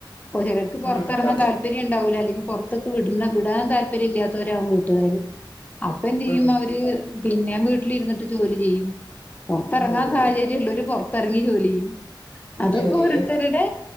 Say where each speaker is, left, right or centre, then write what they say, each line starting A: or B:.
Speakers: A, on the left; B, on the left.
A: പ്പൊ ചെലോർക്ക് പുറത്തിറങ്ങാൻ
B: ഉം അതെ
A: താല് പര്യംണ്ടാവൂല്ല അല്ലെങ്കിൽ പുറത്തൊക്ക് വിടുന്ന വിടാൻ താല്പര്യം ഇല്ലാത്തവരാവും വീട്ടുകാര്. അപ്പൊ എന്ത് ചെയ്യും
B: ഉം
A: അവര് പിന്നെ വീട്ടിലിരുന്നിട്ട് ജോലി ചെയ്യും. പുറത്തിറങ്ങാൻ
B: ജോലി
A: സാഹചര്യ
B: ചെയ്യും
A: ള്ളോര് പുറത്തിറങ്ങി ജോലി ചെയ്യും. അതൊക്കെ
B: ജോലി
A: ഓരോരുത്തരുടെ
B: ചെയ്യും